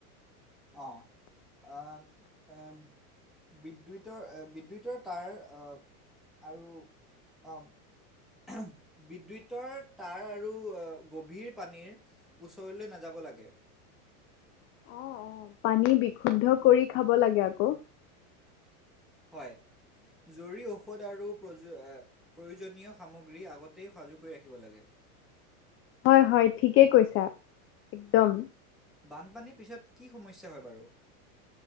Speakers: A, in the centre; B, on the left.
A: অ আহ এম বিদ্যুতৰ বিদ্যুতৰ তাঁৰ অহ আৰু অ আহ বিদ্যুতৰ তাঁৰ আৰু গভীৰ পানীৰ ওচৰলৈ নাযাব লাগে
B: অ', অ', পানী বিশুদ্ধ কৰি খাব লাগে আক
A: হয় জৰুৰী ঔষধ আৰু পজো প্ৰয়োজনীয় সামগ্ৰী আগতেই সাজু কৰি ৰাখিব লাগে
B: হয় হয় ঠিকে কৈছা একদম
A: বানপানীৰ পিছত কি সমস্যা হয় বাৰু